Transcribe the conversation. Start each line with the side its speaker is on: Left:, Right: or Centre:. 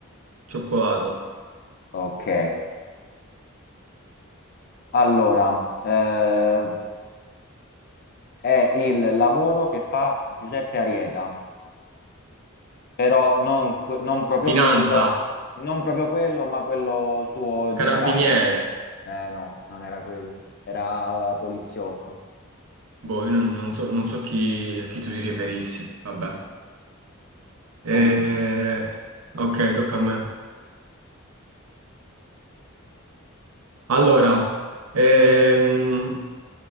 Right: cioccolato.
Left: Ok, allora, eh, è il lavoro che fa Giuseppe Arieta, però non, que- non proprio
Right: Finanza.
Left: quello, non proprio quello, ma quello suo
Right: Carabiniere.
Left: generale. Eh no, non era quello, era eh, poliziotto.
Right: Boh, io non, non so, non so chi, a chi tu ti riferissi. Vabbè. Eh,
Left: Comunque,
Right: ok, tocca a me. Allora, ehm,